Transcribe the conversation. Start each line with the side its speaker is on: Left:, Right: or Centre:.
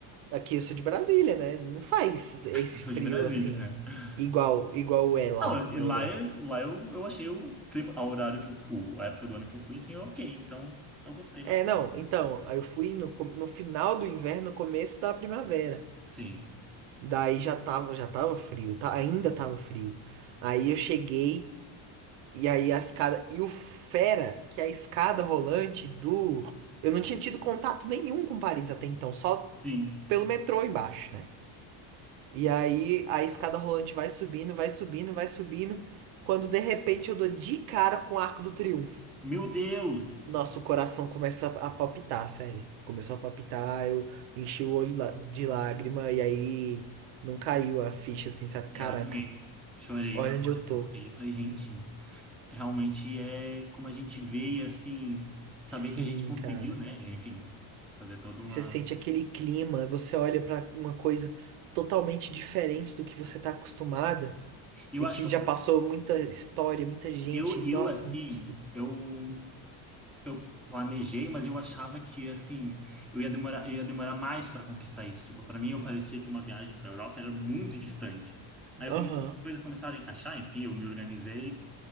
Right: Aqui eu sou de Brasília, né? Não faz
Centre: <laughs>
Right: esse
Centre: eu sou
Right: frio,
Centre: de Brasília,
Right: assim,
Centre: é.
Right: igual, igual é lá
Centre: Não, e
Right: na
Centre: lá,
Right: Europa.
Centre: é- lá eu, eu achei o clima, o horário que eu, fu- o- a época do ano que eu fui, assim, ok. Então, eu gostei bastante.
Right: É, não. Então, aí eu fui no, co- no final do inverno, no começo da primavera.
Centre: Sim,
Right: Daí já tava, já tava frio, tá? Ainda tava frio. Aí eu cheguei... E aí a escada. E o Fera, que é a escada rolante do. Eu não tinha tido contato nenhum com Paris até então, só
Centre: sim.
Right: pelo metrô embaixo, né? E aí a escada rolante vai subindo, vai subindo, vai subindo. Quando de repente eu dou de cara com o Arco do Triunfo.
Centre: Meu Deus!
Right: Nossa, o coração começa a palpitar, sério. Começou a palpitar, eu enchi o olho lá- de lágrima e aí não caiu a ficha assim, sabe?
Centre: E
Right: Caraca,
Centre: eu também chorei
Right: olha
Centre: na hora
Right: onde eu tô.
Centre: que eu fiquei. Eu falei, gente. realmente é como a gente vê e assim, saber
Right: Sim,
Centre: que a gente conseguiu,
Right: cara.
Centre: né? Enfim, fazer toda uma.
Right: Você sente aquele clima, você olha para uma coisa totalmente diferente do que você está acostumada
Centre: E Eu
Right: e
Centre: acho
Right: que
Centre: que
Right: já
Centre: um pouco.
Right: passou muita história, muita gente.
Centre: Eu, eu
Right: Nossa,
Centre: assim,
Right: muito absurdo.
Centre: eu, eu planejei, mas eu achava que, assim, eu ia demorar, eu ia demorar mais para conquistar isso. Tipo, para mim, eu parecia que uma viagem para a Europa era muito distante. Aí
Right: Aham.
Centre: eu come- as coisas começaram a encaixar, enfim, eu me organizei